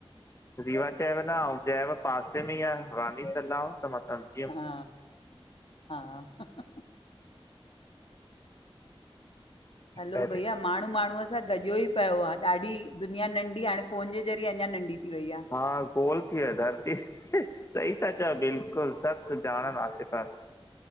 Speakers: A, on the left; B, on the left.
A: रीवा चयव पासे में ई रानी तालाब त मां स --
B: हा हा -- हलो
A: पहले
B: भईया माण्हू माण्हूअ सां गॼो ई पियो आ ॾाढी दुनिया नंढी हाणे। फोन जे ज़रए अञा नंढी। थी वई आहे
A: हा गोल थी व धरती सही था चओ बिल्कुल। बिल्कुल सभ सुजाणन आसे पासे।